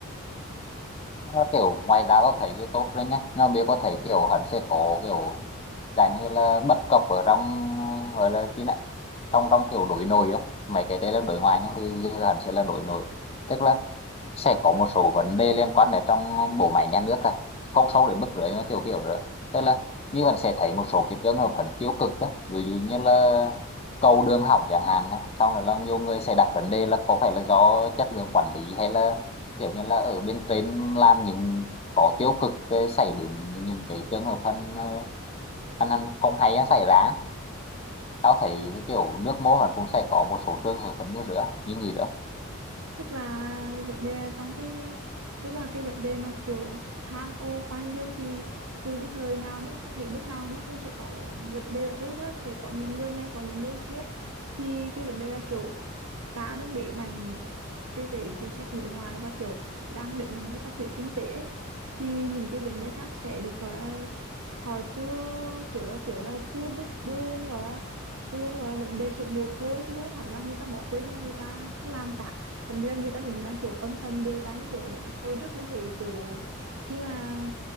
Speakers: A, on the left (about 30°); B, on the right (about 80°).
A: Nó kiểu ngoài ra tao thấy thì tốt đấy nhá nhưng mà mình có thể kiểu hắn sẽ có kiểu dạng như là bất cập ở trong gọi là cái này trong trong kiểu đối nội không mấy cái đấy là đối ngoại nhưng thì hắn sẽ là đối nội tức là sẽ có một số vấn đề liên quan đến trong bộ máy nhà nước à không sâu đến mức rưỡi nó kiểu kiểu rồi tức là như bạn sẽ thấy một số cái trường hợp vẫn tiêu cực đó ví dụ như là cầu đường hỏng chẳng hạn này xong rồi là nhiều người sẽ đặt vấn đề là có phải là do chất lượng quản lý hay là kiểu như là ở bên trên làm những có tiêu cực ờ, xảy đến những cái trường hợp thân ăn ăn không hay nó xảy ra tao thấy kiểu nước mô hẳn cũng sẽ có một số trường hợp vẫn như rửa như nhỉ đó
B: tức là vấn đề là trong cái tức là cái vấn đề mà kiểu tham ô quan liêu thì từ cái thời nào nó có thể nước nào nó cũng sẽ có vấn đề là thôi tức là sẽ có những người này có những người kia thì cái vấn đề là kiểu ta đang đẩy mạnh cái cái chính sách đối ngoại và kiểu đang đẩy mạnh cái phát triển kinh tế ấy, thì những cái vấn đề khác sẽ được gọi là họ chưa kiểu là kiểu là chưa được đưa lên gọi là đưa lên gọi là vấn đề số một thôi chứ không hẳn là người ta bỏ quên hay là người ta không làm cả phần ra người ta cũng đang kiểu âm thầm điều tra như kiểu hồi trước mình thấy kiểu khi mà